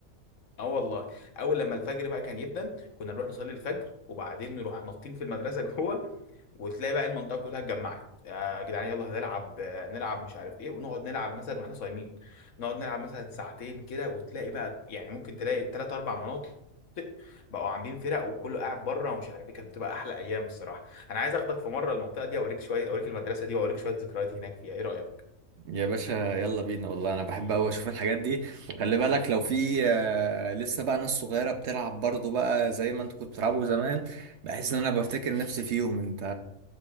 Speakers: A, on the left; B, on the right.
A: اه والله اول لما الفجر بقى كان يبدا كنا نروح نصلي الفجر وبعدين نروح نطين في المدرسه <laughs> جوه وتلاقي بقى المنطقه كلها اتجمعت يا جدعان يلا هنلعب آه، نلعب مش عارف ايه ونقعد نلعب مثلا واحنا صايمين نقعد نلعب مثلا ساعتين كده وتلاقي بقى يعني ممكن تلاقي ثلاث اربع مناطق بقوا عاملين فرق وكله قاعد بره ومش عارف ايه كانت بتبقى احلى ايام الصراحه انا عايز اخدك في مره المنطقه دي اوريك شويه اوريك المدرسه دي واوريك شويه ذكرياتي هناك فيها ايه رايك
B: يا باشا يلا بينا والله انا بحب قوي اشوف الحاجات دي وخلي بالك لو في آه، لسه بقى ناس صغيرة بتلعب برضو بقى زي ما انت كنت بتلعبوا زمان بحس ان انا بفتكر نفسي فيهم انت